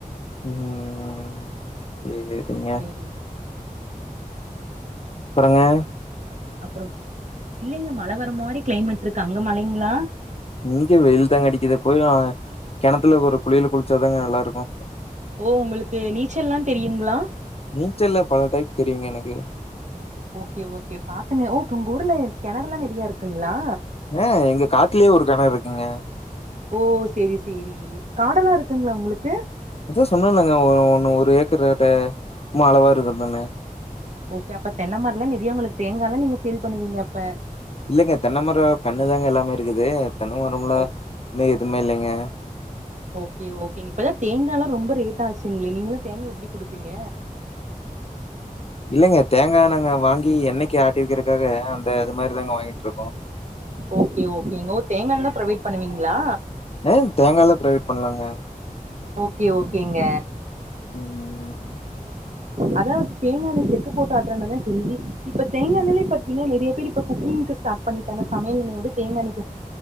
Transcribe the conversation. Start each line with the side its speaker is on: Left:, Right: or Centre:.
Left: ம் சேரிங்க
Right: சேரி
Left: அப்பறங்க
Right: அப்றோ இல்லங்க மழ வர மாரி கிளைமேட் இருக்கு அங்க மழைங்கிளா
Left: இங்க வெயில் தாங்க அடிக்கிது போயிலா வாங்க கெணத்துல ஒரு குளியல குளிச்சாதாங்க நல்லா இருக்கும்
Right: ஓ உங்களுக்கு நீச்சல்ல்லா தெரியுங்ளா
Left: நீச்சல்ல பல டைப் தெரியுங்க எனக்கு
Right: ஓகே ஓகே பாத்துங்க ஓக் உங்க ஊர்ல கெணறுல்லா நறையா இருக்குங்கிளா
Left: ஆ எங்க காட்லயே ஒரு கெணறு இருக்குங்க
Right: ஓ செரி சேரி காடல்லா இருக்குங்கிளா உங்களுக்கு
Left: அதா சொன்ன இல்லங்க ஒ ஒன்னு ஒரு ஏக்கர் ரட்ட மா அளவா இருக்குதுன்னு
Right: ஓகே அப்ப தென்ன மரலாம் நெறியா உங்களுக்கு தேங்காலா நீங்க சேல் பண்ணுவீங்க அப்ப
Left: இல்லங்க தென்னமரம் கண்ணுதாங்க எல்லாமே இருக்குது தென்ன மரம்ல
Right: ஓ
Left: இன்னு எதுமே இல்லைங்க
Right: ஓகே ஓகேங்க இப்பதா தேங்காலா ரொம்ப ரேட்டா ஆச்சிங்கிளே நீங்கலா தேங்கா எப்டி குடுப்பீங்க
Left: இல்லங்க தேங்கா நாங்க வாங்கி எண்ணைக்கு ஆட்டி வக்கிறக்காக அந்த அது மாரி தாங்க வாங்கிட்டுருக்கோம்
Right: ஓகே ஓகே எங்க ஊர் தேங்கா எல்லா ப்ரொவைட் பண்ணுவீங்கிளா
Left: ஆ தேங்கா எல்லாம் புரவைட் பண்லாங்க
Right: ஓகே ஓகேங்க
Left: ம்
Right: அதா தேங்கா எண்ண செக்கு போட்டு ஆட்றனாலதா ஹெல்தி இப்ப தேங்கா எண்ணைலே பாத்தீங்கனா நெறையா பேரு இப்ப குக்கிங்கு ஸ்டாட் பண்ணிட்டாங்க சமையல் எண்ணையோடு தேங்கா எண்ணை